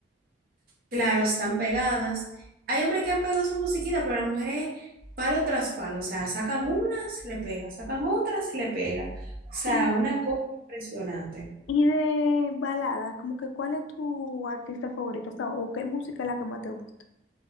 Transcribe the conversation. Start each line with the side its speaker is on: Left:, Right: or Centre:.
Right: Claro, están pegadas. Hay hombres que han pegado su musiquita, pero las mujeres palo tras palo. O sea, sacan una, se le pega, sacan otra, se le pega. O sea,
Left: Y,
Right: una cosa impresionante.
Left: y de balada, como que ¿cuál es tu artista favorito? O sea, o qué música es la que más te gusta.